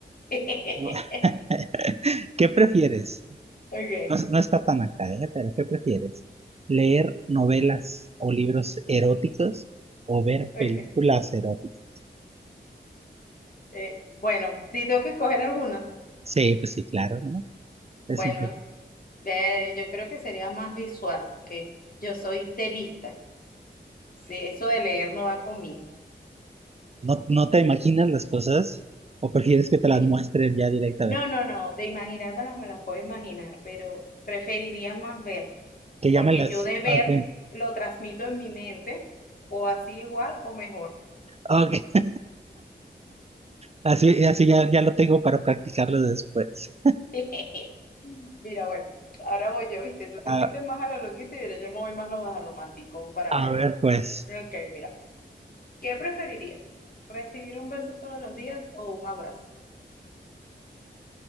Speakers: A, on the left; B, on the right.
A: <laughs>
B: <laughs> ¿Qué prefieres?
A: Ok,
B: No, no está tan acá, ¿eh? Pero ¿qué prefieres? ¿Leer novelas o libros eróticos o ver
A: ok.
B: películas eróticas?
A: Eh, bueno, si tengo que escoger alguna.
B: Sí, pues sí, claro, ¿no? Es
A: Bueno,
B: el que- pues,
A: eh, yo creo que sería más visual, que yo soy de vista. Sí, eso de leer no va conmigo.
B: ¿No, no te imaginas las cosas o prefieres que te las
A: Sí,
B: muestren ya directamente?
A: No, no, no, de imaginármelas me las puedo imaginar, pero preferiría más ver,
B: Que ya
A: porque
B: me las...
A: yo de ver
B: ok,
A: lo transmito en mi mente, o así igual o mejor.
B: ok, Así, así ya, ya lo tengo para practicarlo después.
A: <laughs> Mira, bueno, ahora voy yo, viste, tú te
B: a
A: fuiste más a lo loquito y ahora yo me voy más a lo más romanticón para
B: a
A: ver.
B: ver, pues,
A: Ok, mira, ¿qué preferirías? ¿Recibir un beso todos los días o un abrazo?